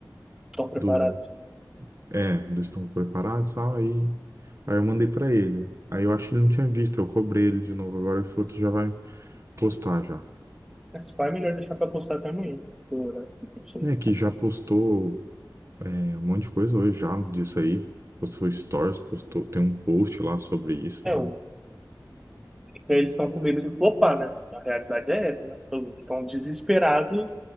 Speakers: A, in the centre; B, on the right.
A: tão preparado
B: do, é, do estamos preparados e tal, aí, aí eu mandei pra ele. Aí eu acho que ele não tinha visto, eu cobrei ele de novo agora, ele falou que já vai postar já.
A: Mas vai melhor deixar pra postar até amanhã. Dura, não sei.
B: É, que já postou, é, um monte de coisa hoje já disso aí, postou stories, postou, tem um post lá sobre isso
A: É,
B: lá.
A: o- eles estão com medo de flopar, né? A realidade é essa, né? Eles Estão desesperados.